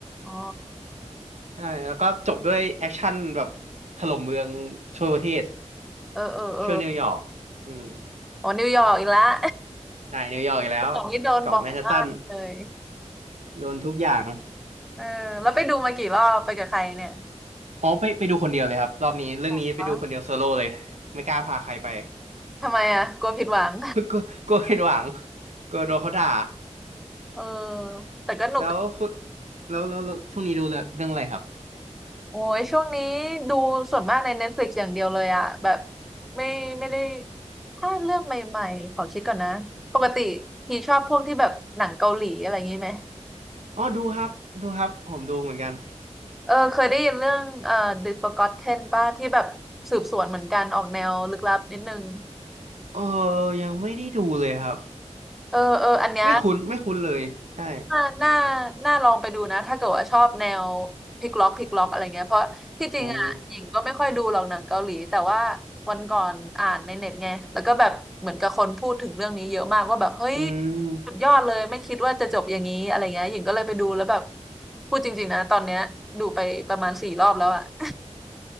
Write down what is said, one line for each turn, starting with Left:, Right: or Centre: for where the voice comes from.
Centre: อ๋อ
Right: ใช่แล้วก็จบด้วยแอคชั่นแบบถล่มเมืองทั่วประเทศ
Centre: เออเออเออ
Right: ช่วนิวยอร์กอืม
Centre: โอ้นิวยอร์กอีกแล้ว
Right: ใช่นิวยอร์กอีกแล้ว
Centre: <laughs> คุณสองนี่โดนบ่อยมากเลย
Right: เกาะแมนฮัตตันโดนทุกอย่าง
Centre: เออแล้วไปดูมากี่รอบไปกับใครเนี่ย
Right: อ๋อไปไปดูคนเดียวเลยครับรอบนี้เรื่องนี้ไปดูคนเดียวโซโล่เลยไม่กล้าพาใครไป
Centre: ฮะทำไมอ่ะกลัวผิดหวัง
Right: <laughs> กลัวกลัวผิดหวังกลัวโดนเขาด่า
Centre: เออแต่ก็หนุก
Right: แล้วคุณแล้วแล้วแล้วช่วงนี้ดูเรื่องเรื่องอะไรครับ
Centre: โอ้ย ช่วงนี้ดูส่วนมากใน Netflix อย่างเดียวเลยอ่ะแบบไม่ไม่ได้ถ้าเรื่องใหม่ๆขอคิดก่อนนะ ปกติพี่ชอบพวกที่แบบหนังเกาหลีอะไรอย่างนี้ไหม
Right: อ๋อดูครับดูครับผมดูเหมือนกัน
Centre: เออเคยได้ยินเรื่องเอ่อ The Forgotten ป่ะที่แบบสืบสวนเหมือนกันออกแนวลึกลับนิดนึง
Right: เออยังไม่ได้ดูเลยครับ
Centre: เออเอออันเนี้ย
Right: ไม่คุ้นไม่คุ้นเลยใช่
Centre: น่าน่าน่าลองไปดูนะถ้าเกิดว่าชอบแนวพลิกล็อกพลิกล็อกอะไรเงี้ยเพราะที่จริงอ่ะหญิงก็ไม่ค่อยดูหรอกหนังเกาหลีแต่ว่า
Right: อ๋อ
Centre: วันก่อนอ่านในเน็ตไงแล้วก็แบบเหมือนกับคนพูดถึงเรื่องนี้เยอะมากว่าแบบเฮ้ย
Right: อืม
Centre: สุดยอดเลยไม่คิดว่าจะจบอย่างนี้อะไรเงี้ยหญิงก็เลยไปดูแล้วแบบพูดจริงๆนะตอนเนี้ยดูไปประมาณสี่รอบแล้วอะ <laughs>